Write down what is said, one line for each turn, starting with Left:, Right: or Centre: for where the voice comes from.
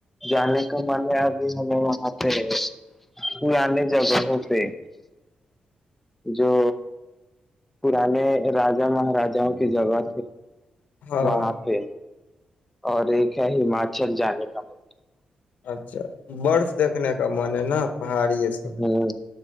Centre: جانے کا من ابھی ہمیں وہاں پہ پرانے جگہوں پہ جو پرانے راجا مہاراجاوں کے جگہ
Left: ہاں
Centre: وہاں پہ اور ایک ہے ہماچل جانے کا ملڈ
Left: اچھا اچا برف دیکھنے کا میں نے نہ پہاڑی ہے سب
Centre: ہ